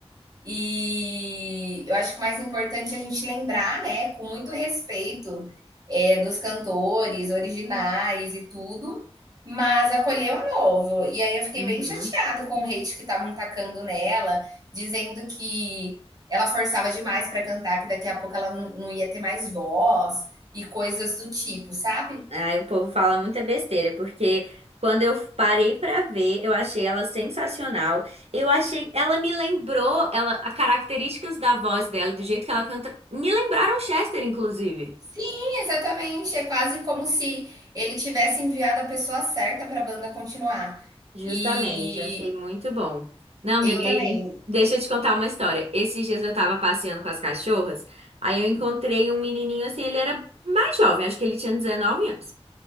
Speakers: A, on the right; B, on the right.
A: e eu acho que o mais importante é a gente lembrar, né, com muito respeito, é, dos cantores originais e tudo, mas acolher o novo. E aí eu fiquei
B: Uhum.
A: bem chateado com o hate que estavam tacando nela, dizendo que ela forçava demais para cantar, que daqui a pouco ela não, não ia ter mais voz e coisas do tipo, sabe?
B: Ai, o povo fala muita besteira, porque quando eu parei pra ver, eu achei ela sensacional. Eu achei, ela me lembrou, ela, as características da voz dela, e do jeito que ela canta, me lembraram Chester, inclusive.
A: Sim, exatamente. É quase como se ele tivesse enviado a pessoa certa para a banda continuar.
B: Justamente,
A: E
B: achei muito bom. Não, amiga,
A: Eu também.
B: aí, deixa eu te contar uma história. Esses dias eu tava passeando com as cachorras, aí eu encontrei um menininho assim, ele era mais jovem, acho que ele tinha 19 anos.